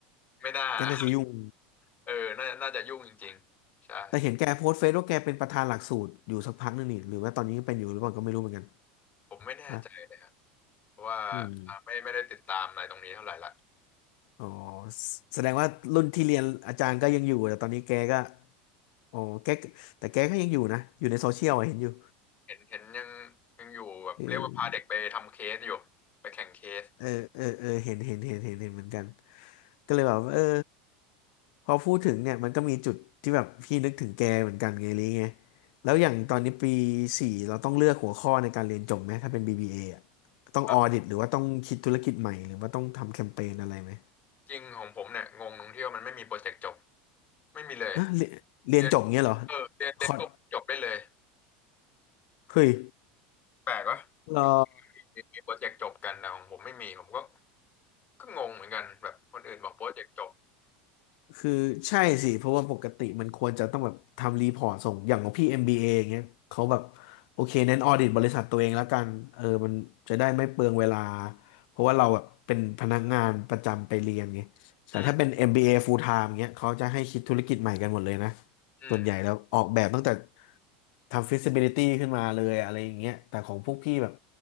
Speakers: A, on the left; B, on the left.
A: ไม่น่า
B: แกน่าจะยุ่ง
A: <laughs> เออน่าน่าจะยุ่งจริงๆใช่
B: แต่เห็นแกโพสต์เฟซว่าแกเป็นประธานหลักสูตรอยู่สักพักนึงนี่หรือว่าตอนนี้ยังเป็นอยู่หรือเปล่าก็ไม่รู้เหมือนกัน
A: ผมไม่แน่ใจเลยครับ
B: ว่า
A: เพราะว่าอ่าไม่ไม่ได้ติดตามอะไรตรงนี้เท่าไหร่ละ
B: อืม อ๋อแสแสดงว่ารุ่นที่เรียนอาจารย์ก็ยังอยู่แต่ตอนนี้แกก็อ๋อแกแต่แกก็ยังอยู่นะอยู่ในโซเชียลอะเห็นอยู่
A: เห็นเห็นยังยังอยู่แบบเรียกว่าพาเด็กไปทำเคสอยู่ไปแข่งเคส
B: เออเออเออเออเห็นเห็นเห็นเห็นเห็นเหมือนกันก็เลยแบบว่าเออพอพูดถึงเนี่ยมันก็มีจุดที่แบบพี่นึกถึงแกเหมือนกันไงลิไงแล้วอย่างตอนนี้ปีสี่เราต้องเลือกหัวข้อในการเรียนจบไหมถ้าเป็น BBA ออะต้องออดิตหรือว่าต้องคิดธุรกิจใหม่หรือว่าต้องทำแคมเปญอะไรไหม
A: อ่า จริงของผมเนี่ยงงตรงที่ว่ามันไม่มีโปรเจกต์จบไม่มีเลย
B: อ่ะเรียนเรียนจบเงี้ยเหรอ
A: เรียนเออเรียนเรียนก็จบได้เลย
B: คอร์สเฮ้ย
A: แปลกวะ
B: รอ
A: มีมีโปรเจกต์จบกันแต่ของผมไม่มีผมก็ก็งงเหมือนกันแบบคนอื่นบอกโปรเจกต์จบ
B: คือใช่สิเพราะว่าปกติมันควรจะต้องแบบทำรีพอร์ตส่งอย่างของพี่ MBA อมบีเออย่างเงี้ยเขาแบบโอเคเน้นออดิตบริษัทตัวเองแล้วกันเออมันจะได้ไม่เปลืองเวลาเพราะว่าเราแบบเป็นพนักงานประจำไปเรียนไงแต่ถ้าเป็น
A: อืม
B: MBA full time เงี้ยเขาจะให้คิดธุรกิจใหม่กันหมดเลยนะ
A: อืม
B: ส่วนใหญ่แล้วออกแบบตั้งแต่ทำ feasibility ขึ้นมาเลยอะไรอย่างเงี้ยแต่ของพวกพี่แบบ